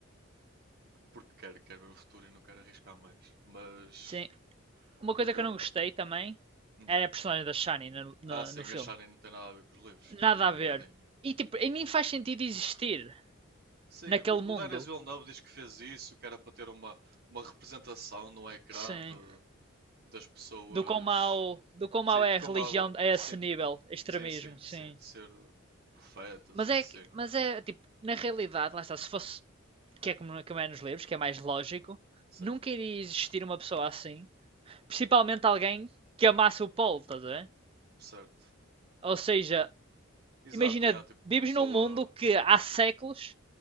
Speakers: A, on the right; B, on the right.
A: porque quer, quer ver o futuro e não quer arriscar mais. Mas,
B: Sim. Uma coisa
A: porque,
B: que
A: a-
B: eu não gostei
A: a-
B: também
A: hum.
B: era a personagem da Shani no, no,
A: ah, sim,
B: no filme.
A: a Shani não tem nada a ver com os livros, nadinha,
B: Nada a
A: nadinha.
B: ver. E tipo, e nem faz sentido existir
A: Sim,
B: naquele
A: o,
B: mundo.
A: o Denis Villeneuve diz que fez isso, que era para ter uma, uma representação no ecrã
B: Sim.
A: de, das pessoas,
B: Do quão mau, do quão
A: sim,
B: mau é
A: de como
B: a religião
A: há-
B: a esse
A: sim,
B: nível,
A: de-
B: extremismo,
A: sim, sim,
B: sim.
A: sim, de ser eh, profetas
B: Mas
A: e
B: é,
A: assim,
B: que- mas é tipo, na realidade, lá está, se fosse que é como, como é nos livros, que é mais lógico,
A: sim,
B: nunca iria existir uma pessoa assim. Principalmente alguém que amasse o Paul, estás a ver?
A: certo.
B: Ou seja,
A: Exato,
B: imagina,
A: yeah, tipo,
B: vives
A: começou
B: num mundo que
A: a,
B: há séculos